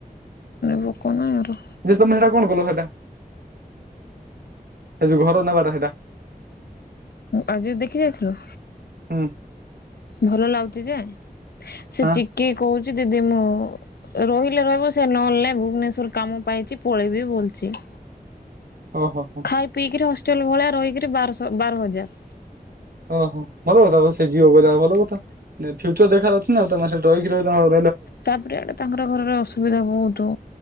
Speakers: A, on the left; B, on the right.
A: ରୋକ ନା ଆର।
B: ଯେ ତମେ ସେଟା କଣ କଲ ସେଟା ସେ ଯୋଉ ଘର ନେବାଟା ସେଇଟା।
A: ଆଜି ଦେଖି ଯାଇଥିଲୁ?
B: ହୁଁ।
A: ଭଲ ଲାଗୁଛି ଯେ ସେ
B: ହଁ
A: ଚିକି କହୁଛି ଦିଦି ମୁଁ ରହିଲେ ରହିବ ସେ ନହେଲେ ଭୁବନେଶ୍ଵର କାମ ପାଇଛି ପଳେଇବି ବୋଲୁଛି। <inaudible>
B: ଓହୋ ହୋ
A: ଖାଇ ପିଇକିରି ହଷ୍ଟେଲ ଭଳିଆ ରହିକି ବାରସ ବାର ହଜାର।
B: ଓହୋ ଭଲ କଥା ସେ ଯିବ ବ ଭଲ କଥା ଫ୍ୟୁଚର ଦେଖାର ଅଛି ନା ତ ରହିକି ରହ। <unintelligible>
A: ତାପରେ ଆଡେ ତାଙ୍କର ଘରରେ ଅସୁବିଧା ବହୁତ।